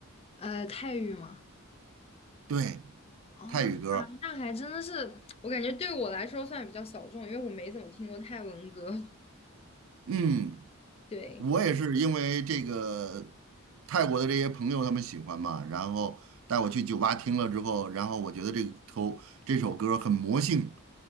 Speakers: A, on the left; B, on the right.
A: 呃，泰语吗？
B: 对，
A: 哦，
B: 泰语歌，
A: 啊，那还真的是，我感觉对我来说算比较小众，因为我没怎么听过泰文歌。<laughs>
B: 嗯，
A: 对，
B: 我也是因为这个泰国的这些朋友他们喜欢嘛，然后带我去酒吧听了之后，然后我觉得这个头这首歌很魔性，